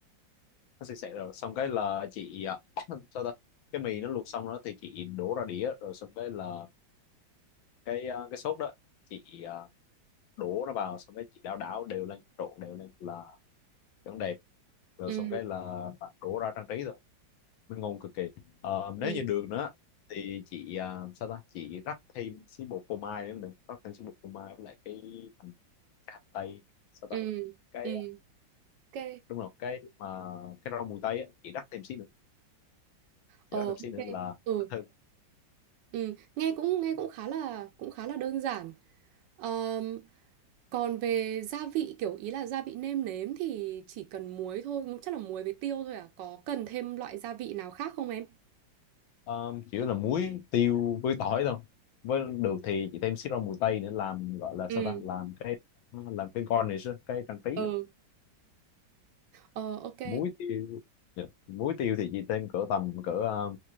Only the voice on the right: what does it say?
Ừ.
Ừ.
Ừ.
Ừ. Ok.
Ờ
ok.
Ừ.
Ừ, nghe cũng nghe cũng khá là cũng khá là đơn giản. Ờm, còn về gia vị kiểu ý là gia vị nêm nếm thì chỉ cần muối thôi, chắc là muối với tiêu thôi à. Có cần thêm loại gia vị nào khác không em?
Ừ,
ừ, ờ ok.